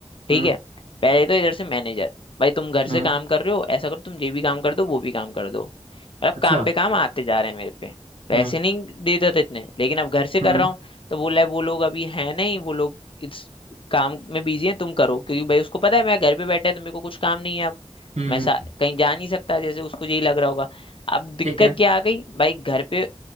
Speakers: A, on the right (about 85°); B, on the left (about 50°).
A: हम्म
B: ठीक है पहले तो इधर से मैनेजर भाई तुम घर से
A: हम्म
B: काम कर रहे हो ऐसा करो तुम ये भी काम कर दो वो भी काम कर दो मतलब
A: अच्छा
B: काम पे काम आते जा रहे हैं मेरे पे पैसे
A: हम्म
B: नहीं देते थे इतने लेकिन अब घर से
A: हम्म
B: कर रहा हूँ तो बोला है वो लोग अभी है नहीं वो लोग इस काम में बिजी हैं तुम करो क्योंकि भाई उसको पता है मैं घर पे बैठा है तो मेरे को कुछ काम नहीं है अब
A: हम्म
B: मैं सा, कहीं जा नहीं सकता जैसे उसको यही लग रहा होगा अब दिक्कत
A: ठीक है
B: क्या आ गई भाई घर पे